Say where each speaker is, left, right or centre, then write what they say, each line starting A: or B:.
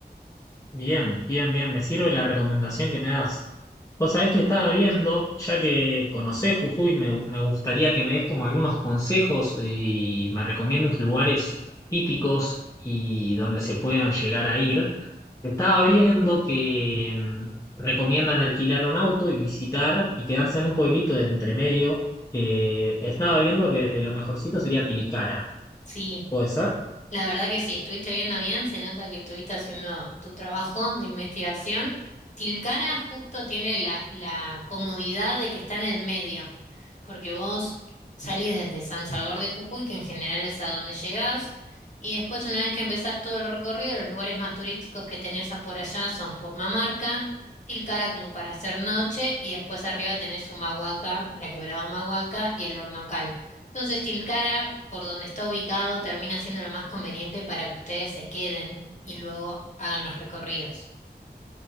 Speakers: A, on the left; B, on the left.
A: Bien, bien, bien, me sirve la recomendación que me das. Vos sabés que estaba
B: <clears throat>
A: viendo, ya que conocés Jujuy, me, me gustaría que me des como algunos consejos y me recomiendes lugares típicos y donde se puedan llegar a ir. Estaba viendo que mm, recomiendan alquilar un auto y visitar y quedarse en un pueblito de entremedio. Eh, estaba viendo que lo mejorcito sería Tilcara.
B: Sí.
A: ¿Puede ser?
B: La verdad que sí, estuviste viendo bien, se nota que estuviste haciendo tu trabajo de investigación. Tilcara justo tiene la, la comodidad de que está en el medio, porque vos salís desde San Salvador de Jujuy, que en general es a donde llegás, y después una vez que empezás todo el recorrido, los lugares más turísticos que tenés a por allá son Purmamarca, Tilcara como para hacer noche, y después arriba tenés Humahuaca, la quebrada Humahuaca y el Hornocal. Entonces, Tilcara, por donde está ubicado, termina siendo lo más conveniente para que ustedes se queden y luego hagan los recorridos.